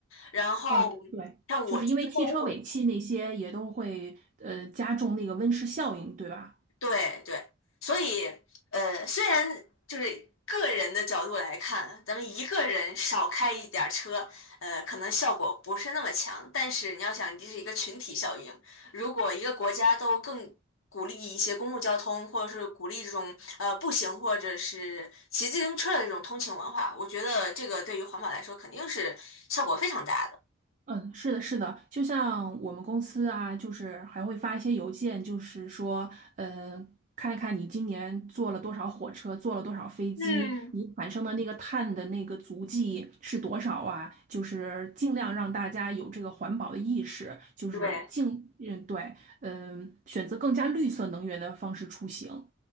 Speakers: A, on the left (about 80°); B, on the right (about 40°).
A: 然后
B: 嗯，对，
A: 像我出去购物，
B: 就是因为汽车尾气那些也都会呃加重那个温室效应，对吧？
A: 对对，所以呃，虽然就是个人的角度来看，咱们一个人少开一点儿车，呃，可能效果不是那么强，但是你要想，这是一个群体效应。如果一个国家都更鼓励一些公共交通，或者是鼓励这种呃步行或者是骑自行车的这种通勤文化，我觉得这个对于环保来说肯定是效果非常大的。
B: 嗯，是的，是的，就像我们公司啊，就是还会发一些邮件，就是说，嗯，看一看你今年坐了多少火车，坐了多少飞机，
A: 嗯，
B: 你产生的那个碳的那个足迹是多少啊？就是尽量让大家有这个环保的意识，就是尽，
A: 对，
B: 嗯，对，嗯，选择更加绿色能源的方式出行。